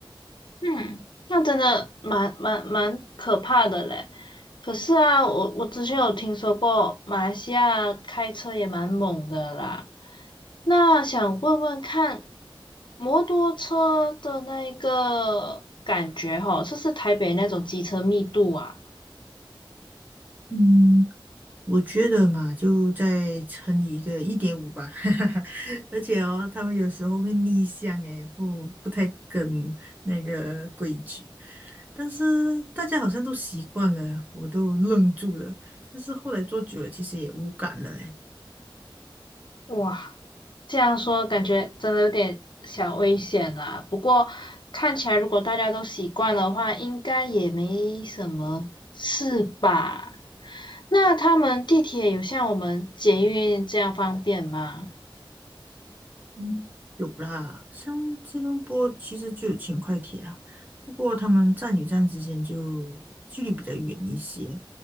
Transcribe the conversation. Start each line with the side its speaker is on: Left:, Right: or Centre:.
Left: 嗯，那真的蛮蛮蛮可怕的嘞。可是啊，我我之前有听说过马来西亚开车也蛮猛的啦。那想问问看，摩托车的那一个感觉吼，是不是台北那种机车密度啊？
Right: 嗯，我觉得嘛，就再乘以一个一点五吧。<laughs> 而且哦，他们有时候会逆向，诶，不不太跟那个规矩。但是大家好像都习惯了，我都愣住了。但是后来做久了，其实也无感了诶。
Left: 哇，这样说感觉真的有点小危险啦。不过看起来如果大家都习惯的话，应该也没什么事吧。那他们地铁有像我们捷运这样方便吗？
Right: 嗯，有啦，像吉隆坡其实就有轻快铁啊，不过他们站与站之间就距离比较远一些，